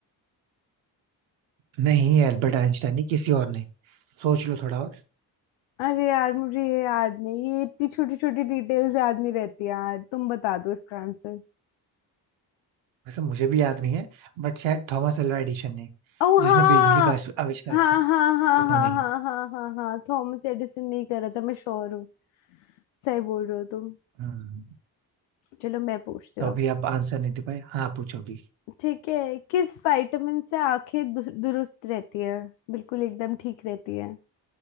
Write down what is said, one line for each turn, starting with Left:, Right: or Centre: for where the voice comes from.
Right: नहीं एल्बर्ट आइंस्टाइन नहीं किसी और ने सोच लो थोड़ा और
Left: अरे यार मुझे ये याद नहीं ये इतनी छोटी छोटी डिटेल्स याद नहीं रहती यार तुम बता दो इसका आंसर
Right: वैसे मुझे भी याद नहीं है बट शायद थॉमस अल्वा एडिसन ने
Left: ओ
Right: जिसने
Left: हाँ
Right: बिजली का आविष- आविष्कार
Left: हाँ
Right: किया
Left: हाँ हाँ
Right: उन्होंने
Left: हाँ
Right: ही
Left: हाँ हाँ हाँ हाँ थॉमस एडिसन नहीं कर रहा था मैं श्योर हूँ सही बोल रहे हो तुम
Right: हम्म,
Left: चलो मैं पूछती
Right: तो
Left: हूँ
Right: अभी
Left: अब
Right: आप आंसर नहीं दे पाए हाँ पूछो अभी
Left: ठीक है किस विटामिन से आंखें दु- दुरुस्त रहती है बिल्कुल एकदम ठीक रहती है